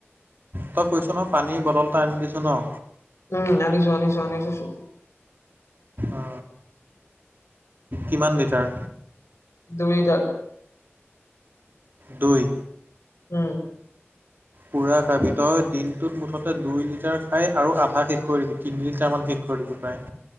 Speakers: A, on the right; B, on the left.
A: তই কৈছ নহয় পানীৰ বটল এটা আনি দিছো ন।
B: উম আনিছো আনিছো আনিছো,
A: অ কিমান লিটাৰ।
B: দুই লিটাৰ।
A: দুই,
B: উম,
A: পুৰা কি তই দিনটোত মুঠতে দুই লিটাৰ খাই আৰু আধা শেষ কৰি দিবি তিনি লিটাৰ মান শেষ কৰি, কৰিব পাই,